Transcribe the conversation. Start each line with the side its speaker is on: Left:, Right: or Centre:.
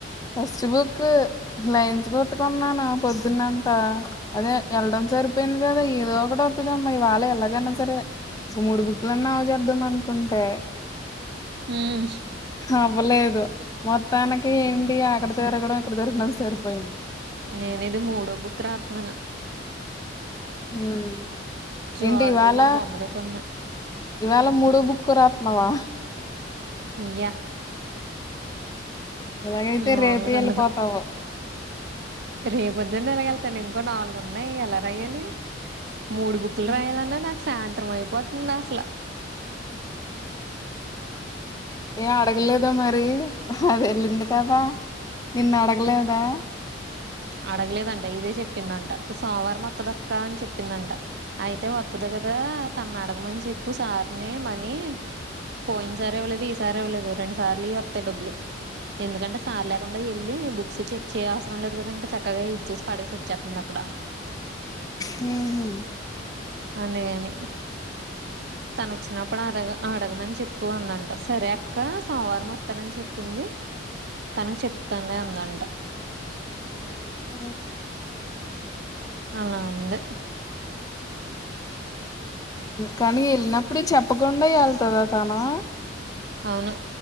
Left: ఫస్ట్ బుక్ లైన్స్ కొట్టుకున్నాను పొద్దున్నంత అదే వెళ్ళడం సరిపోయింది కదా ఏదో ఒకటి ఒతదామ్మా వాళ్ళ ఎళ్ళగన్నా సరి మూడు బుక్లన్నావ చేద్దాం అనుకుంటే
Right: ఉ మ్
Left: హవ్వలేదు మొత్తానికి ఏంటి అక్కడ తిరగడం ఇక్కడ తిరగడం సరిపోయాంది
Right: నేను ఇది మూడో బుక్ రాతున్నాను
Left: ఉమ్
Right: జువాలజీలో
Left: ఏంటివాళ
Right: బొమ్మలే కొన్నా
Left: ఇవాళ మూడో బుక్కు రాతున్నావా
Right: ఇయా
Left: ఇలాగైతే
Right: మఒళ్ళకుఉందదు
Left: రేపే వెళ్ళిపోతావు
Right: రేపది అ వెలగలితాను ఇంకో నాలుగు ఉన్నాయి ఎలా రాయాలి మూడు బుక్లు
Left: ఆ
Right: రాయాలన్నా నాకు సాయంత్రం అయిపోతుంది అసలా
Left: ఏ అడగలేదా మరి అది వెళ్ళింది కదా నిన్ను అడగలేదా
Right: అడగలేదంట ఇదే చెప్పిందంట సోమవారం మొత్తదక్క అని చెప్పిందంట అయితే వత్తది కదా కదా తన అడగమని చెప్పు సార్ని మనీ పోయినసారి ఇవలేదు ఇ స సార్ ఇవ్వలేదు రెండు సార్లు వస్తాయి డబ్బులు ఎందుకంటే సార్ లే కుండా వెళ్ళి బుక్స్ చెక్ చేయ అవసరం లేదు కదా ఇంకా చక్కగా ఇచ్చేసి పడేసి వచ్చేస్తుంది అక్కడ
Left: ఉ ము
Right: అందుగాని తను వచ్చినప్పు అప్పుడు అడ అడగమని చెప్పు అందంటారు సరే అక్క సోమవారం వత్తానని చెప్పింది తనకి చెప్తానలే అందంట
Left: ఓ
Right: అలా ఉంది
Left: కానీ వెళ్ళినప్పుడు చెప్పకుండా వెళ్తుందా తను
Right: అవును